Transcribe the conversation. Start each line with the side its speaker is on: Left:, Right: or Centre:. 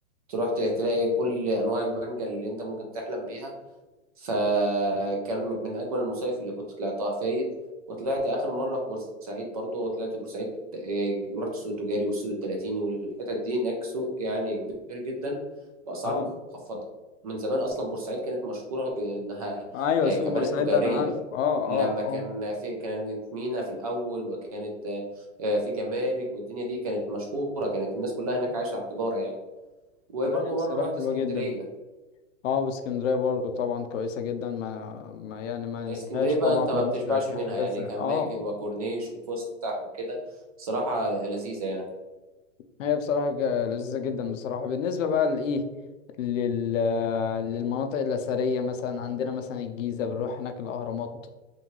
Right: تروح تلاقي كل انواع المانجا اللي انت ممكن تحلم بيها فكان من اجمل المصايف اللي كنت طلعتها فايد وطلعت اخر مره في بورسعيد برضو طلعت بورسعيد آه، رحت السوق التجاري والسوق التلاتيني والحتت دي هناك سوق يعني كبير جدا باسعار
Left: اه
Right: مخفضه من زمان اصلا بورسعيد كانت مشهوره بانها
Left: آه. أيوة
Right: آه،
Left: سوبر
Right: كبلد
Left: ساعتها
Right: تجاريه
Left: أنا عارف اه
Right: لما
Left: اه
Right: كان
Left: اه
Right: في كانت مينا في الاول وكانت آه، آه، في جمارك والدنيا دي كانت مشهوره كانت الناس كلها هناك عايشه على التجاره يعني وبرضه
Left: لا هي بصراحة
Right: مرة رحت
Left: حلوة
Right: اسكندرية
Left: جدا اه واسكندريه برضه طبعا كويسه جدا ما, ما يعني ما ننساهاش
Right: اسكندرية بقى
Left: طبعا
Right: انت ما
Left: بالنسبه
Right: بتشبعش
Left: كحاجه
Right: منها يعني
Left: س- اه
Right: كأماكن وكورنيش وفسح وكده صراحة لذيذة يعني
Left: هي بصراحه ج- لذيذه جدا بصراحه بالنسبه بقى لايه لل للمناطق الاثريه مثلا عندنا مثلا الجيزه بنروح هناك الاهرامات